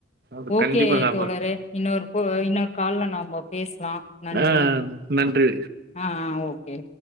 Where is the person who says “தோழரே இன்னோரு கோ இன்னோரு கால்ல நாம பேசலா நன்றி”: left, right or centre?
Left